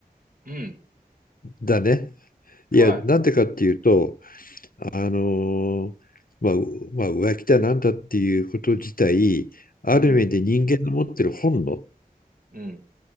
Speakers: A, on the right; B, on the left.
A: うん。
B: だね。いや、
A: は
B: なんでかっていうと、あの、まあ、うまあ、浮気だなんだっていうこと自体、ある意味で人間の持ってる本能
A: い。うん。うん。